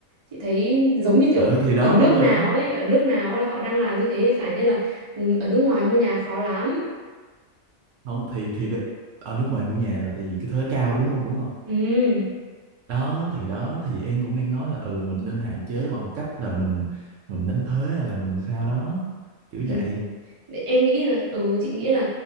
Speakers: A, on the right; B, on the right.
A: chị thấy giống như kiểu
B: ừ thì đó
A: ở nước
B: đúng rồi
A: nào
B: đó
A: ấy ở nước nào là họ đang làm như thế phải nên là ừ, ở nước ngoài mua nhà khó lắm
B: không thì thì đ- ở nước ngoài mua nhà là tại vì cái thuế cao đúng không đúng không
A: ừ
B: đó thì đó thì em cũng đang nói là ừ mình nên hạn chế bằng cách là mình mình đánh thuế hay là mình sao đó kiểu
A: thì
B: vậy
A: em nghĩ là ừ chị nghĩ là